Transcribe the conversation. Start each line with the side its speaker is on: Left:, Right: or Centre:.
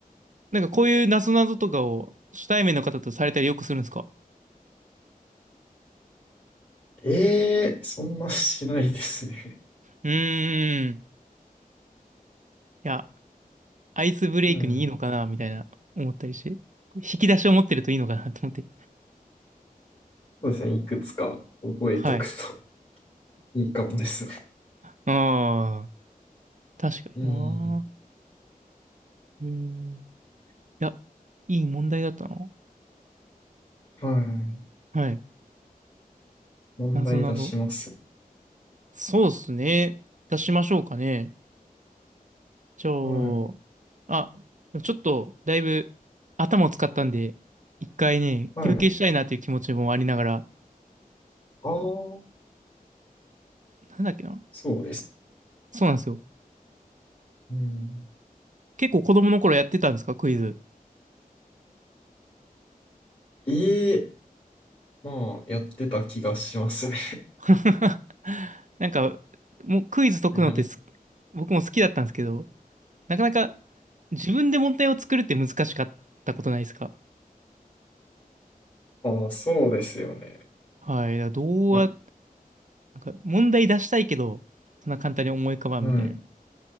Right: なんかこういうなぞなぞとかを初対面の方とされたりよくするんですか
Left: ええー、そんなしないですね。
Right: うーん。いや、アイスブレイクにいいのかなみたいな思ったりして。
Left: はい。
Right: 引き出しを持ってるといいのかなと思って。
Left: そうですね。いくつか覚えとくと
Right: はい。
Left: いいかもですね。
Right: ああ、確かにな。
Left: うん。
Right: うん。いや、いい問題だったな。
Left: はい。
Right: はい。
Left: 問題出します。
Right: なぞなぞ。そうっすね。出しましょうかね。じゃあ、
Left: はい。
Right: あ、でもちょっと、だいぶ頭を使ったんで、一回ね、
Left: はい。
Right: 休憩したいなという気持ちもありながら、
Left: ああ、
Right: なんだっけな。
Left: そうです。
Right: そうなんですよ。
Left: うん。
Right: 結構子供の頃やってたんですか、クイズ。
Left: ええまあ、やってた気がしますね。
Right: <laughs> なんか、もうクイズ解くのってす
Left: <laughs> 何
Right: 僕も好きだったんですけど、なかなか自分で問題を作るって難しかったことないですか
Left: ああ、そうですよね。
Right: はい。だからどうや、
Left: な、
Right: なんか問題出したいけど、そんな簡単に思い浮かばんみたいな
Left: うん。